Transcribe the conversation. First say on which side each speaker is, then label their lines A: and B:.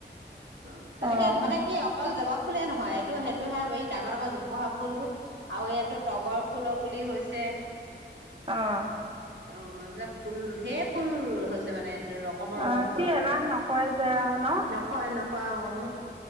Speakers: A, on the right; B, on the right.
A: অ' তেনেকে
B: অঁ
A: মানে কি অকল জবাব ফুলে নহয় এইেইটো-সেইটো হে এই ডাঙৰ ডাঙৰ জোহা ফুল টো আৰু ইয়াতো তগৰ ফুলৰ পুলি হৈছে। ছে,
B: অ '
A: অ এইবিলাক ফুল ধেই ফুল হৈছে মানে। ৰকমৰ ৰকমৰ
B: অ কি এলাহ নকৰে যে আৰু ন।
A: কৰে নকৰে উ